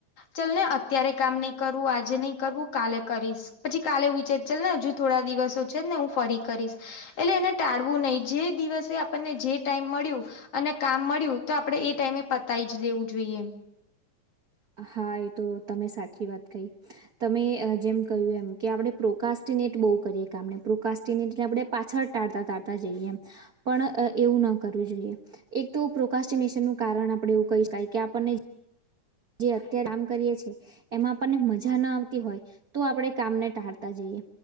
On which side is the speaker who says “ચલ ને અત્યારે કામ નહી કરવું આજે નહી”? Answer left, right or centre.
Left